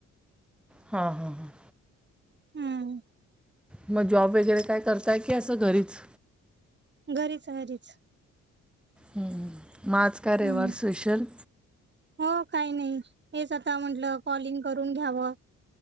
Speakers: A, in the centre; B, on the right.
A: हां हां हां
B: हम्म
A: मग जॉब वगैरे काय करताय की असं घरीच,
B: घरीच घरीच
A: हम्म आज काय रविवार
B: हम्म.
A: स्पेशल.
B: हो काही नाही हेच आता म्हंटलं कॉलिंग करून घ्यावं